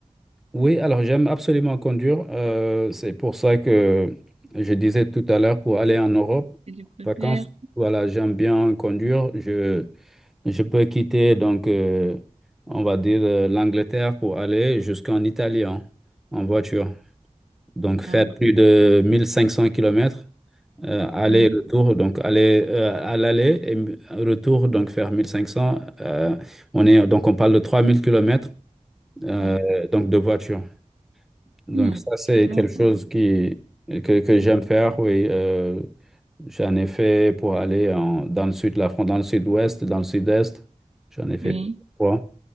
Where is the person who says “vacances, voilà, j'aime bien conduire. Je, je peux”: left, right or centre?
Centre